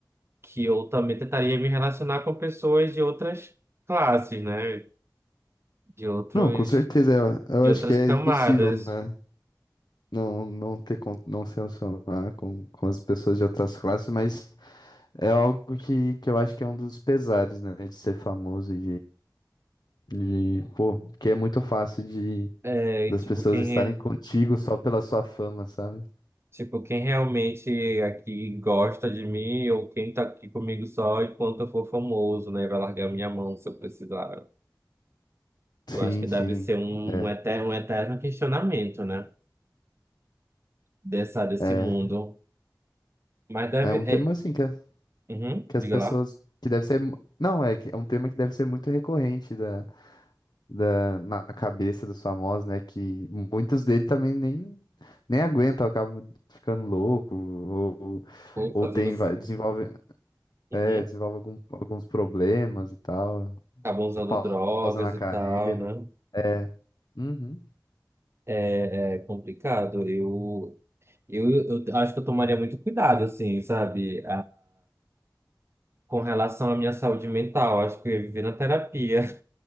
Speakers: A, on the right; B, on the left.
A: que eu também tentaria me relacionar com pessoas de outras classes, né? De outros,
B: Não, com certeza. Eu,
A: de
B: eu acho
A: outras
B: que é
A: camadas.
B: impossível, né? Não, não ter, con- não se relacionar com, com as pessoas de outras classes, mas É algo que, que eu acho que é um dos pesares, né? De ser famoso e de, de. Pô, porque é muito fácil de
A: É,
B: das
A: tipo,
B: pessoas
A: quem
B: estarem contigo só pela sua fama, sabe?
A: Tipo, quem realmente aqui gosta de mim ou quem tá aqui comigo só enquanto eu for famoso, né? Vai largar minha mão se eu precisar.
B: Sim,
A: Eu acho que deve
B: sim.
A: ser um,
B: É.
A: um eterno, um eterno questionamento, né? Dessa, desse
B: É,
A: mundo. Mas deve.
B: é um
A: É,
B: tema assim que, a-
A: uhum,
B: que as
A: diga
B: pessoas.
A: lá.
B: Que deve ser. mu- Não, é que é um tema que deve ser muito recorrente da, da, na cabeça dos famosos, né? Que muitos dele também nem, nem aguentam, acabam ficando louco, ou,
A: Ou
B: ou
A: Fazendo.
B: tem,
A: assim.
B: vai- desenvolve
A: Uhum,
B: É, desenvolve algum- alguns problemas e tal.
A: acabam usando
B: Pausa
A: drogas
B: na carreira.
A: e tal, né?
B: É. Uhum.
A: É, é complicado. Eu, eu, eu acho que eu tomaria muito cuidado, assim, sabe? com relação à minha saúde mental. Acho que eu ia viver na terapia.